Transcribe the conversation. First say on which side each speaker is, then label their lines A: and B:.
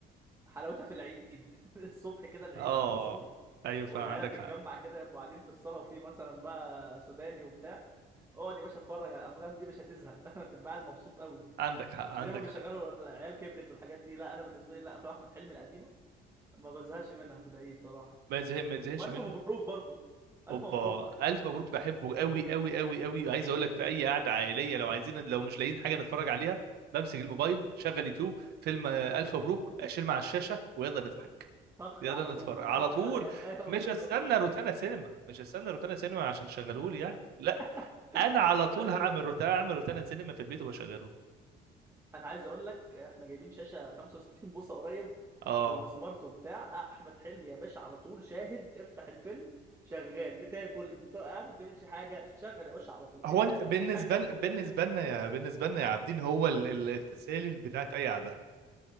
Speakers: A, on the right; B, on the right.
A: حلاوتها في العيد <laughs> الصبح كده العيد
B: اه
A: بعد ما تصلي
B: ايوه
A: والعيله
B: فعندك
A: تتجمع
B: حق
A: كده يبقوا قاعدين في الصاله وفي مثلا بقى سوداني وبتاع اقعد يا باشا اتفرج على الافلام دي مش هتزهق <laughs> هتبقى قاعد مبسوط قوي
B: عندك حق عندك
A: زي ما بيشغلوا
B: حق
A: العيال كبرت والحاجات دي لا انا بالنسبه لي لا افلام احمد حلمي القديمه ما بزهقش منها في العيد صراحه
B: ما يزهق ما يتزهقش
A: والف
B: منه
A: مبروك برضو الف
B: اوبا
A: مبروك
B: الف مبروك بحبه قوي قوي قوي قوي وعايز اقول لك في اي قعده عائليه لو عايزين لو مش لاقيين حاجه نتفرج عليها بمسك الموبايل شغل يوتيوب فيلم آه، الف مبروك اشيل مع الشاشه ويلا نضحك
A: طخ
B: يلا
A: على طول
B: نتفرج على
A: طخ
B: طول
A: يعني ايوه
B: مش
A: بالظبط
B: هستنى روتانا سينما مش هستنى روتانا سينما عشان تشغلهولي يعني لا
A: <laughs>
B: انا على طول
A: ايوه
B: هعمل روتانا اعمل روتانا سينما في البيت وبشغله
A: انا عايز اقول لك احنا جايبين شاشه 65 بوصه قريب
B: اه
A: وسمارت وبتاع احمد حلمي يا باشا على طول شاهد افتح الفيلم شغال بتاكل بتاع قاعد ما بتعملش حاجه شغل يا باشا على طول
B: هو
A: انت
B: انت
A: قاعد ما
B: بالنسبه
A: بتعملش حاجه غير
B: لنا
A: ان انت
B: بالنسبه
A: ايه
B: لنا يا بالنسبه لنا يا عابدين هو ال- ال- التسالي بتاعت اي قعده